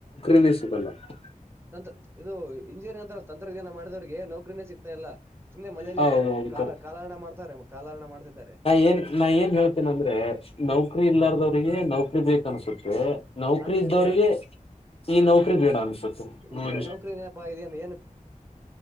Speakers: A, on the left; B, on the right.
A: <unintelligible>
B: ತಂ ಇದು ಇಂಜಿನಿಯರಿಂಗ್ ಅಂತ ತಂತ್ರಜ್ಞಾನ ಮಾಡಿದವ್ರಿಗೆ ನೌಕ್ರನೇ ಸಿಗ್ತಾ ಇಲ್ಲ. ಸುಮ್ನೆ ಮನೇಲಿ
A: ಹೌದೌದು
B: ಕ ಕಾಲ
A: ಕರೆ
B: ಕಾಲಹರಣ ಮಾಡ್ತಾರೆ ಕಾಲಹರಣ ಮಾಡ್ತಿದ್ದಾರೆ.
A: ಏ ನ ಏ ಹೇಳುತಿನ, ಅಂದ್ರೆ ನೌಕರಿ ಇಲ್ಲಾರ್ದವ್ರಿಗೆ
B: ಹ
A: ನೌಕರಿ ಬೇಕ ಅನ್ಸುತ್ತೆ. ನೌಕರಿ
B: ಅದೇ
A: ಇದ್ದವ್ರಿಗೆ,
B: ಅದೇ
A: ಈ ನೌಕರಿ ಬೇಡ ಅನ್ಸುತ್ತೆ
B: ಹೌದು
A: ನೋಡಿ.
B: ನೌಕರಿನಪ್ಪಾ ಇದೇನು